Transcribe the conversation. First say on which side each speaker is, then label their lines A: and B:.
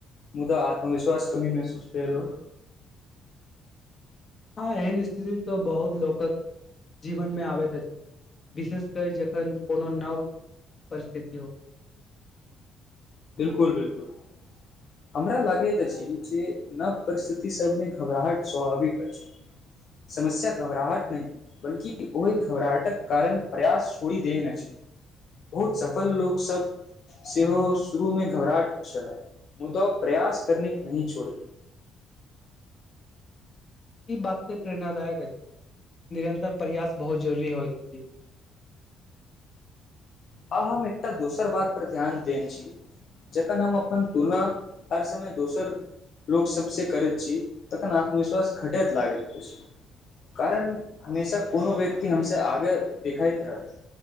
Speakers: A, on the left; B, on the left.
A: मुदा आत्मविश्वास कमी महसूस भेल हो
B: हँ एहन स्थिति तऽ बहुत लोकक जीवनमे आबैत अछि विशेष क' जखन कोनो नव परिस्थिति हो
A: बिलकुल बिलकुल हमरा लागैत अछि जे नव परिस्थिति सबमे घबराहट स्वाभाविक अछि समस्या घबराहट नहि बल्कि ओहि घबराहटक कारण प्रयास छोड़ि देने अछि बहुत सफल लोकसभ सेहो शुरू मे घबराहट छला मुद्दा प्रयास करनेक नहि छोड़
B: ई बात ते प्रेरणादायक अछि निरन्तर प्रयास बहुत जरूरी होइत अछि
A: आब हम एकटा दोसर बातपर ध्यान देन छी जखन हम अपन तुलना हर समय दोसर लोकसभसँ करैत छी तखन आत्मविश्वास घटैत लागैत अछि कारण हमेशा कोनो व्यक्ति हमसं आगे देखाइत रहत